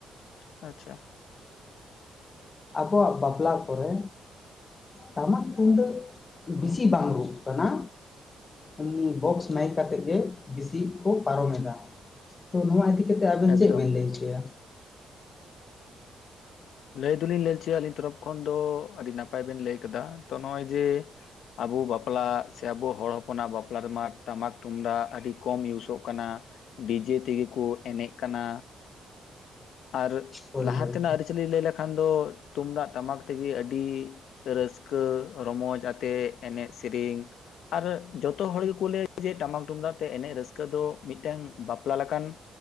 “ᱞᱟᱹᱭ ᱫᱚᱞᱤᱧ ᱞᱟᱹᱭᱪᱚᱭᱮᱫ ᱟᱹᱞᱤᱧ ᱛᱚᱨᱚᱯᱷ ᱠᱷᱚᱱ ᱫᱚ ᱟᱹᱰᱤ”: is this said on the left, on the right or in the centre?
Left